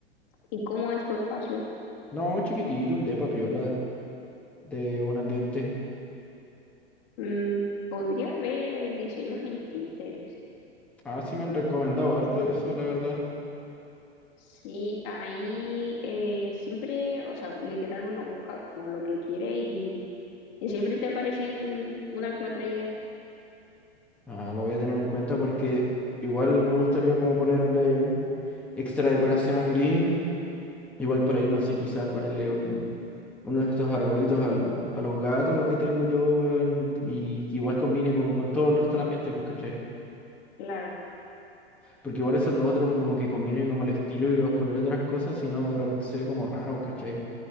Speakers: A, on the left (about 40°); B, in the centre.
A: ¿y cómo es tu espacio?
B: No, chiquitito, un depa piola de un ambiente.
A: Mm, podrías ver diseños en Pinterest.
B: Ah, sí me han recomendado harto eso, la verdad.
A: Sí, ahí eh, siempre, o sea, literal uno busca como lo que quiere y, y siempre te aparecen una que otra idea.
B: Ah, lo voy a tener en cuenta porque igual me gustaría como ponerle extra decoración a mi living. Igual por ahí, no sé, quizás ponerle un, uno de estos arbolitos al, a los gatos que tengo yo, weón, y que igual combine como con todo el resto del ambiente, pues, ¿cachai?
A: Claro,
B: Porque igual eso es lo otro, pues, como que combine como el estilo y los colores de las cosas, si no, de repente se ve como raro, ¿cachai?